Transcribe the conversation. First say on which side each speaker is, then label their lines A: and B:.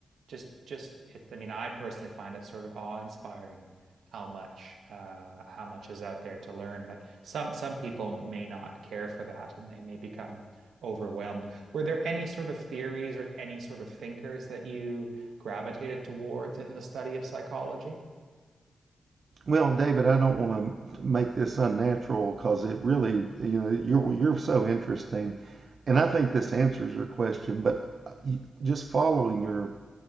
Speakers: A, on the right; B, on the right.
A: just just it, I mean, I personally find it sort of awe-inspiring how much uh, how much is out there to learn. But some some people may not care for that, and they may become overwhelmed. Were there any sort of theories or any sort of thinkers that you gravitated towards in the study of psychology?
B: Well, David, I don't want to make this unnatural because it really, you know, you're you're so interesting, and I think this answers your question. But uh, you- just following your,